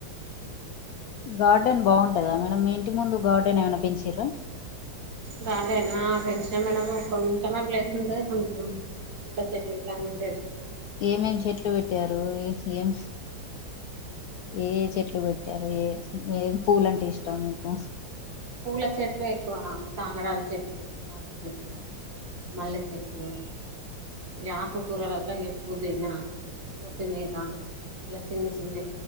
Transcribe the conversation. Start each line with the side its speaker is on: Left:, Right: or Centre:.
Left: గార్డెన్
Right: మంచిగా
Left: బావుంటదా
Right: ఉంటాయి అక్కడ
Left: మేడం మీ ఇంటి ముందు గార్డెన్ ఏమన్నా పెంచిర్రా
Right: గార్డెనా పెంచిన మేడమ్ కొంచెమే ప్లేస్ ఉంటది కొంచెం <unintelligible> చెట్లు ఇట్లన్నీ పెంచుకుంట
Left: ఏమేం చెట్లు పెట్టారు ఏ ఏం ఏ ఏ చెట్లు పెట్టారు ఏ ఏం పూలంటే ఇష్టం మీకు
Right: పూల చెట్లు ఎక్కువ కాగడాల చెట్లు గులాబీ చెట్లు మల్లె చెట్లు ఆకుకూరలల్ల ఎ పుదీనా కొత్తిమీర ఇలా చిన్న చిన్ని